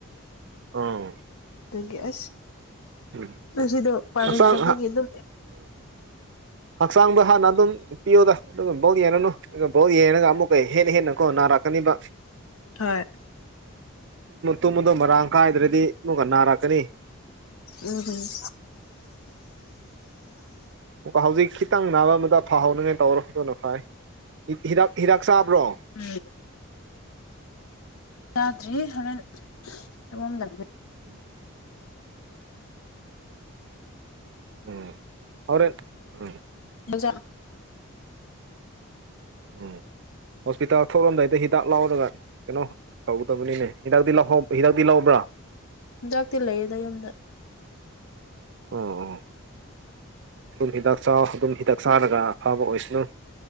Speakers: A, on the right (about 55°); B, on the left (about 80°).
A: ꯑꯥ
B: ꯑ ꯒ꯭ꯌꯥꯁ
A: ꯑꯥ
B: ꯑꯁꯤꯗꯣ ꯄꯥꯅꯩ
A: ꯍꯛꯆꯥꯡ
B: ꯇꯕꯒꯤ ꯑꯗꯨꯝ
A: ꯍꯛꯆꯥꯡꯗ ꯍꯥꯟꯅ ꯑꯗꯨꯝ ꯅꯨꯄꯤꯌꯣꯗ ꯑꯗꯨꯒ ꯕꯧꯠ ꯌꯦꯡꯉꯅꯨ ꯑꯗꯨꯒ ꯕꯥꯎꯠ ꯌꯦꯡꯉꯒ ꯑꯃꯨꯛꯀ ꯍꯦꯟꯅ ꯍꯦꯟꯅ ꯀꯣ ꯅꯥꯔꯛꯀꯅꯤꯕ
B: ꯍꯣꯏ
A: ꯇꯨꯝꯕꯗꯣ ꯃꯔꯥꯡ ꯀꯥꯏꯗ꯭ꯔꯗꯤ ꯃꯒ ꯅꯥꯔꯛꯀꯅꯤ
B: ꯎꯝꯝ
A: ꯑꯃꯨꯛꯀ ꯍꯧꯖꯤꯛ ꯈꯤꯇꯪ ꯅꯥꯕ ꯑꯃꯗ ꯐꯍꯧꯅꯉꯥꯏ ꯇꯧꯔꯣ ꯑꯗꯨꯅ ꯐꯥꯏ ꯍꯤꯗꯥꯛ ꯍꯤꯗꯥꯛ ꯆꯥꯕ꯭ꯔꯣ
B: ꯎꯝ ꯆꯥꯗ꯭ꯔꯤ ꯍꯣꯔꯦꯟ ꯁꯣꯝꯗ
A: ꯎꯝ ꯎꯝ ꯍꯣꯔꯦꯟ ꯎꯝ
B: ꯑꯣꯖ
A: ꯎꯝ ꯍꯣꯁꯄꯤꯇꯥꯜ ꯊꯣꯛꯂꯂꯝꯝꯗꯥꯏꯗ ꯍꯤꯗꯥꯛ ꯂꯥꯎꯔꯒ ꯀꯩꯅꯣ ꯇꯧꯒꯗꯕꯅꯤꯅꯦ ꯍꯤꯗꯥꯛꯇ ꯂ ꯍꯤꯗꯥꯛꯤ ꯂꯧꯕ꯭ꯔꯥ
B: ꯆꯤꯟꯖꯥꯛꯇꯤ ꯂꯩꯌꯦꯗ ꯌꯨꯝꯗ
A: ꯑꯣ ꯑꯣ ꯑꯗꯨꯝ ꯍꯤꯗꯥꯛ ꯑꯗꯨꯝ ꯍꯤꯗꯥꯛ ꯆꯥꯔꯒ ꯑꯐꯕ ꯑꯣꯏꯁꯅꯨ